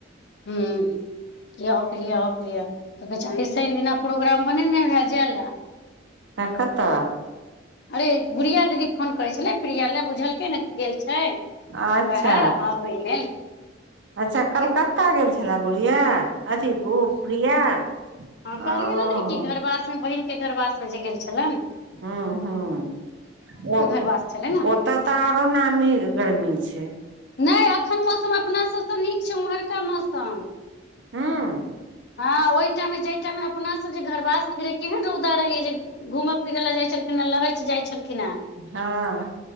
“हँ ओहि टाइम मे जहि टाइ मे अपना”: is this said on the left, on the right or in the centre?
Left